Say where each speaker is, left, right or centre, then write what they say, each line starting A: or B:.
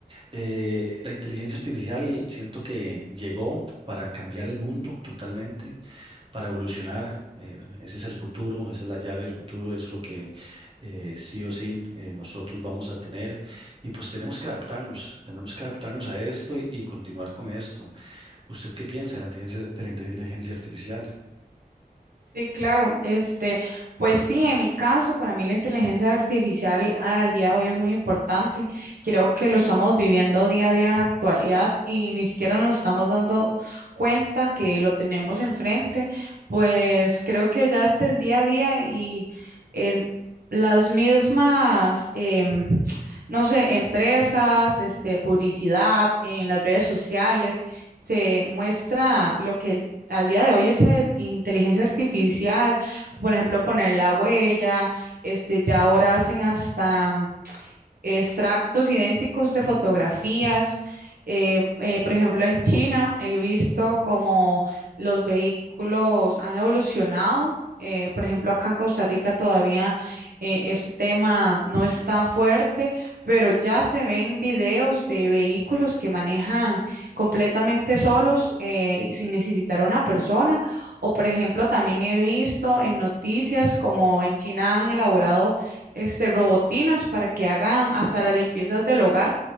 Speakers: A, on the right; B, on the right.
A: eh, la inteligencia artificial siento que llegó para cambiar el mundo totalmente para evolucionar. eh, ese es el futuro, esa es la llave del futuro, eso es lo que eh, sí o sí eh, nosotros vamos a tener. Y pues tenemos que adaptarnos, tenemos que adaptarnos a esto y, y continuar con esto. ¿Usted qué piensa de la inteligencia, de la inteligencia artificial?
B: Sí, claro. Este, pues sí, en mi caso, para mí la inteligencia artificial al día de hoy es muy importante. Creo que lo estamos viviendo día a día en la actualidad y ni siquiera nos estamos dando cuenta que lo tenemos enfrente. Pues creo que ya es del día a día y en las mismas, em, no sé, empresas, este, publicidad, en las redes sociales, se muestra lo que el al día de hoy es la inteligencia artificial, por ejemplo, poner la huella, este, ya ahora hacen hasta extractos idénticos de fotografías. Eh, eh, por ejemplo, en China he visto como los vehículos han evolucionado. eh, por ejemplo, acá en Costa Rica todavía eh, ese tema no es tan fuerte, pero ya se ven videos de vehículos que manejan completamente solos eh, y sin necesitar una persona. O, por ejemplo, también he visto en noticias como en China han elaborado este, robotinas para que hagan hasta las limpiezas del hogar.